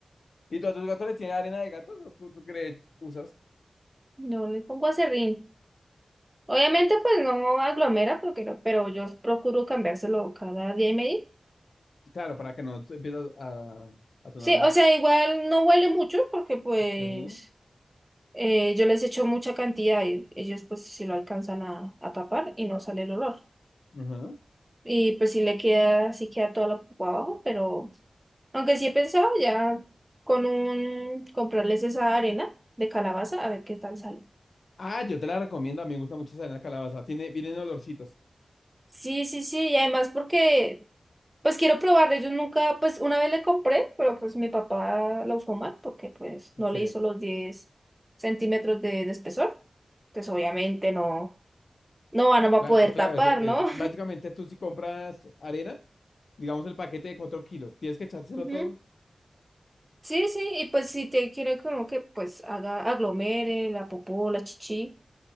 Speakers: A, on the left (about 75°); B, on the right (about 15°).
A: ¿y tú a tus gatos les tienes arena de gato? ¿O ¿Tú, tú crees usas?
B: no le pongo aserrín. Obviamente, pues no aglomera, porque no- pero yo procuro cambiárselo cada día y medio.
A: Claro, para que no se empiece a, a sonar
B: Sí,
A: más.
B: o sea, igual no huele mucho, porque pues
A: Sí.
B: eh, yo les echo mucha cantidad y ellos pues si lo alcanzan a, a tapar y no sale el olor.
A: ajá.
B: Y pues sí le queda, sí queda toda la pupa abajo, pero. Aunque sí he pensado ya con un comprarles esa arena de calabaza a ver qué tal sale.
A: Ah, yo te la recomiendo. A mí me gusta mucho esa arena de calabaza. Tiene, vienen olorcitos.
B: Sí, sí, sí, y además porque pues quiero probarle. Yo nunca, pues una vez le compré, pero pues mi papá lo usó mal porque pues no
A: Sí.
B: le hizo los diez centímetros de, de espesor. Entonces obviamente no, no va no va
A: Cla-
B: a poder
A: claro,
B: tapar,
A: eso, eso.
B: ¿no?
A: Básicamente tú si compras arena, digamos el paquete de 4 kilos, tienes que echárselo
B: <laughs> Ujú.
A: todo.
B: Sí, sí, y pues si te quiere como que pues haga aglomere la popó, la chichi.